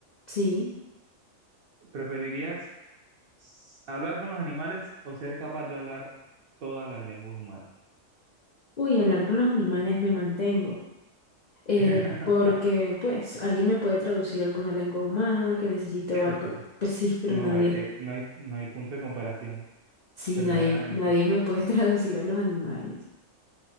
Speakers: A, on the left; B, on the right.
A: Sí.
B: ¿Preferirías s- hablar con los animales o ser capaz de hablar todas las lenguas humanas?
A: Uy, hablar con los animales me mantengo. Eh,
B: <laughs>
A: porque, pues, alguien me puede traducir alguna lengua humana que necesite
B: Cierto.
A: o algo. Pues sí, pero
B: No,
A: nadie.
B: eh, eh, no hay, no hay punto de comparación,
A: Sí,
B: verdaderamente.
A: nadie, nadie me puede <laughs> traducir a los animales.